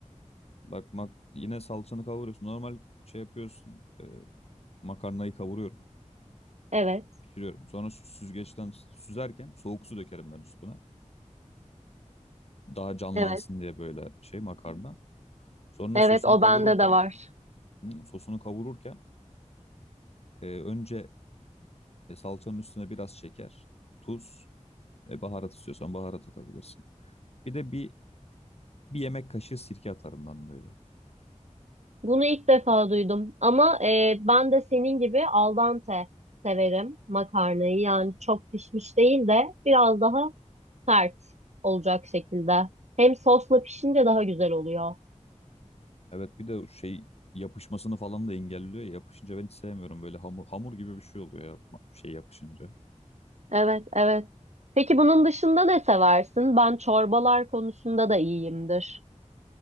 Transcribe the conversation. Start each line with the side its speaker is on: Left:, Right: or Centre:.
Left: Bak mak yine salçanı kavuruyorsun. Normal şey yapıyorsun. e, makarnayı kavuruyorum.
Right: Evet,
Left: pişiriyorum. Sonra sü- süzgeçten süzerken soğuk su dökerim ben üstüne. Daha canlansın
Right: evet,
Left: diye böyle şey makarna. Sonra
Right: evet
Left: sosunu
Right: o
Left: kavururken,
Right: bende de var.
Left: hı, sosunu kavururken e, önce e, salçanın üstüne biraz şeker, tuz, e, baharat istiyorsan baharat atabilirsin. Bir de bir bir yemek kaşığı sirke atarım ben böyle.
Right: Bunu ilk defa duydum ama e, ben de senin gibi al dente severim makarnayı. Yani çok pişmiş değil de biraz daha sert olacak şekilde. Hem sosla pişince daha güzel oluyor.
Left: Evet bir de o şey yapışmasını falan da engelliyor ya. Yapışınca ben hiç sevmiyorum böyle hamur hamur gibi bir şey oluyor ya şey yapışınca.
Right: Evet, evet. Peki bunun dışında ne seversin? Ben çorbalar konusunda da iyiyimdir.